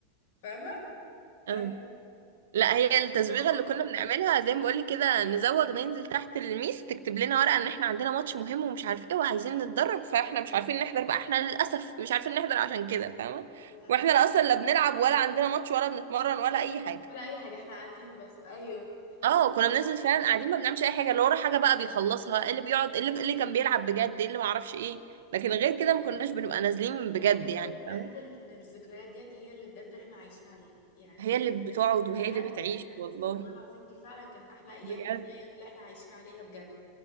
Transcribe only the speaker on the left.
فاهمه
بس
والله
لا
لا
ولا أي حاجة احنا قاعدين بس أيوه
بحس
بجد
ان الذكريات ديت هي اللي بجد احنا عايشين عليها يعني
ذكرياتنا
دي
بجد
هي
والله العظيم دي فعلا كانت احلى ايام
وفي الايام اللي احنا عايشين عليها بجد